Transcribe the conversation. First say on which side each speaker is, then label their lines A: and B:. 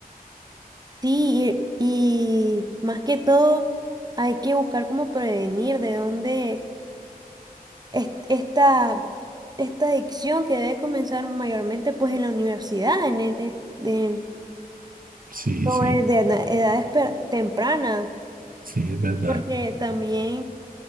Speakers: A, on the right; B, on the right.
A: sí, y, y más que todo, hay que buscar cómo prevenir de dónde es- esta esta adicción que debe comenzar mayormente pues en la universidad, en, el- en- en
B: Sí,
A: No,
B: sí,
A: es de ana- edades per- tempranas,
B: sí, es verdad.
A: porque también